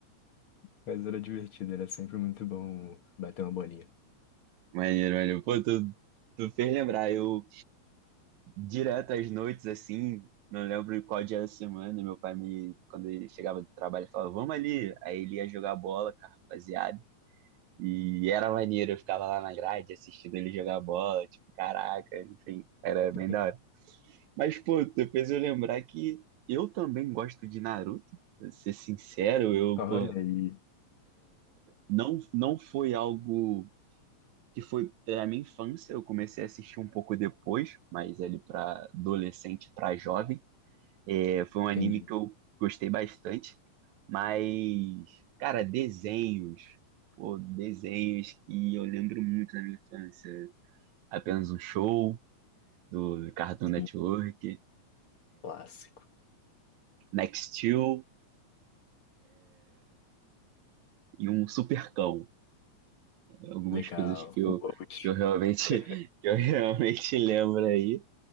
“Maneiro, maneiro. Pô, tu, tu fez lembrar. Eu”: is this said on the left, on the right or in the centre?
Right